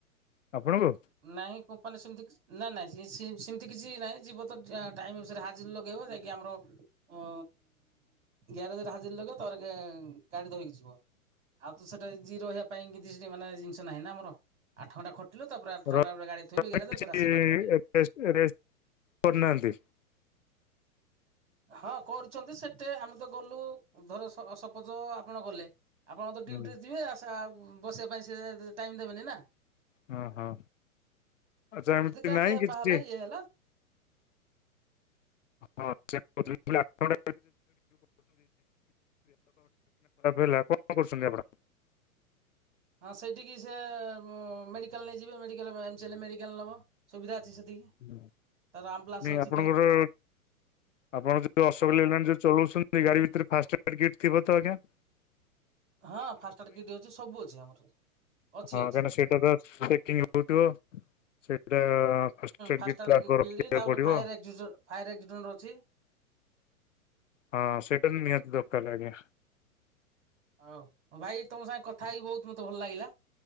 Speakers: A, on the left; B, on the right.
A: ଆପଣଙ୍କୁ
B: ନାଇଁ କମ୍ପାନୀ ସେମିତି କି ନାଇଁ ନାଇଁ ସେମିତି କିଛି ନାଇଁ ଯିବ ତ ଟାଇରେ ହାଜର ଲଗେଇବ ଯାଇକି ଆମର ଉ ଗ୍ୟାରେଜରେ ହାଜିର ଲଗ ତୋର ଗାଡି ଧରକି ଯିବ ଆଉ ତ ସେଟା ଯିଏ ରହିବା ପାଇଁ କିଛି ସେଠ ମାନେ ଜିନିଷ ନାହିଁ ନା ଆମର ଆଠ ଘଣ୍ଟା ଖଟିଲୁ ତାପରେ
A: ର
B: ଗା ଥିଲି
A: କିଛି
B: ଫେ ଆସୁ ବାଟ ବାଟେ
A: ରେଷ୍ଟ ରେଷ୍ଟ କରୁନାହାନ୍ତି
B: ହଁ କରିଛନ୍ତି ସେଟେ ଆମେ ତ ଗଲୁ ଧରସପୋଜ ଆପଣ ଗଲେ ଆପଣ ତ ଡ୍ୟୁଟିରେ
A: ହୁଁ,
B: ଯିବେ ଆସ ବସିବା ପାଇଁ ସେ ଟାଇମ୍ ଦେବେନି ନା
A: ହଁ ହଁ ଆଚ୍ଛା ଏମିତି
B: ଯଦି କା
A: ନାଇଁ
B: ଦେହ
A: କିଛି
B: ପା ହେଲା ଇଏ ହେଲା
A: ହଁ ସେ ଦେହ ହଠାତ୍ ଖରାପ ହେଲା କଣ କରୁଛନ୍ତି ଆପଣ
B: ହଁ ସେଇଠିକି ସେ ମେଡ଼ିକାଲ ନେଇଯିବେ ମେଡ଼ିକାଲ ଏମମ୍ଚ ହେଲେ ମେଡ଼ିକାଲ ନେବ ସୁବିଧା ଅଛି ସେତିକି
A: ହୁଁ
B: ତାର ଆମ୍ବୁଲାନ୍ସ
A: ନ
B: ଅଛି
A: ଆପଣ
B: ପୁରା
A: କେବେ ଆପଣ ଯୋଉ ଅସୋକ ଯୋଉ ଚଉଛନ୍ତି ଗାଡି ଭିତରେ ଫାଷ୍ଟ କିଟ ଥିବ ତ ଆଞା ଜ୍ ଏବଂ
B: ହଁ ଫାଷ୍ଟା କି ଅଛି ସବୁ ଅଛି ଆମର ଅଛି
A: ହଁ
B: ଅଛି
A: କାହିଁକିନା ସେଇଟା ତକି ହଉଥିବ ସେଇଟା ଫାଷ୍ଟଏଡ୍
B: ଫାଷ୍ଟାର୍ଟ
A: କିଟ୍ ତ ଆଗ ରଖିବାକୁ
B: କିି ତାପରେ
A: ପଡିବ।
B: ଫାୟାର୍କ୍ ଫାୟାର୍ ଏକ୍ସିଡେଣ୍ଟ ଅଛି
A: ହଁ ସେଇଟାାନ ନିହାତି ଦୋକ ଲାଗୋ
B: ହଉ ହଉ ଭାଇ ତମ ସାଙ୍ଗେ କଥା ହେଇକି ବହୁତ ମତେ ଭଲ ଲାଗିଲା